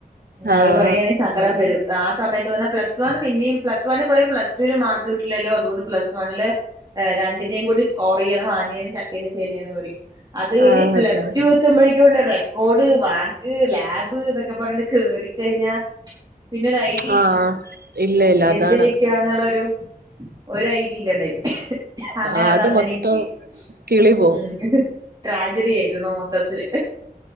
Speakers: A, on the right (about 25°); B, on the right (about 85°).
A: ഞൾ
B: ആഹ്
A: പറയണെ സങ്കടം വരും ആ സമയത്ത് പറഞ്ഞ പ്ലസ് വൺ പിന്നെയും പ്ലസ് വണിൽ പറയും പ്ലസ് ടുവിൽ മാർക്ക് കിട്ടില്ലല്ലോ അതുകൊണ്ട് പ്ലസ് വണ്ണില് രണ്ടിനേ കൂടി സ്കോർ ചെയ്യണം ആനയാണ് ചക്കയാണ് ചേനയാണ് പറയും അത് കഴിഞ്
B: ആഹ്
A: പ്ലസ്
B: അതെ
A: ടു എത്തുമ്പോഴേ <unintelligible> കോട് വാക്ക് ലാബ് എന്നൊക്കെ പറഞ്ഞണ്ട് കേറിക്കഴിഞ്ഞാ പിന്നെ ഒരു ഐഡിയ
B: ആഹ്
A: ഇല്ല
B: ഇല്ല ഇല്ല
A: എന്തിലിക്കാ
B: അതാണ്
A: എന്നുള്ളരു ഒരു ഐഡിയില്ലെ ടെ അങ്ങനെ
B: ആകെ
A: അത് അങ്ങനെയും
B: മൊത്തം
A: പോയിര്
B: കിളി പോവും
A: ഉം ട്രാജൽ ആയിരുന്നു നോട്ടത്തില്